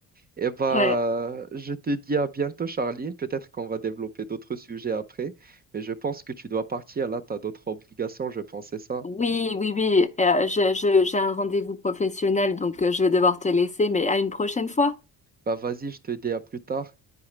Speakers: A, on the right; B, on the left.
A: Et bah,
B: ouais.
A: je te dis à bientôt, Charline. Peut-être qu'on va développer d'autres sujets après, mais je pense que tu dois partir. Là, tu as d'autres obligations, je pensais ça.
B: Oui, oui, oui. euh, je, je- j'ai un rendez-vous professionnel, donc euh, je vais devoir te laisser, mais à une prochaine fois.
A: Bah vas-y, je te dis à plus tard.